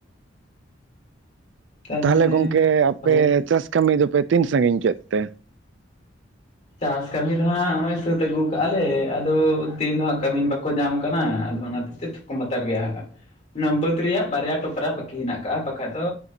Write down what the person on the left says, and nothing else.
ᱛᱟᱦᱚᱞᱮ
ᱦᱳᱭ
ᱪᱟᱥ ᱠᱟᱹᱢᱤ ᱫᱚᱦᱟᱸᱜ ᱱᱚᱜᱼᱚᱭ ᱥᱟᱹᱛ ᱟᱹᱜᱩ ᱠᱟᱜᱼᱟᱞᱮ ᱟᱫᱚ ᱛᱮᱤᱱ ᱫᱚ ᱦᱟᱸᱜ ᱠᱟᱹᱢᱤᱱ ᱵᱟᱠᱚ ᱧᱟᱢ ᱠᱟᱱᱟ ᱟᱫᱚ ᱚᱱᱟᱛᱮ ᱛᱠᱚᱛᱟᱨ ᱜᱮᱭᱟ <inaudible> ᱚᱱᱟ ᱵᱟᱹᱫ ᱨᱮᱭᱟᱜ ᱵᱟᱨᱭᱟ ᱴᱚᱯᱨᱟ ᱵᱟᱟᱹᱠᱤ ᱦᱮᱱᱟᱠᱟᱜᱼᱟ ᱵᱟᱠᱷᱟᱡ ᱫᱚ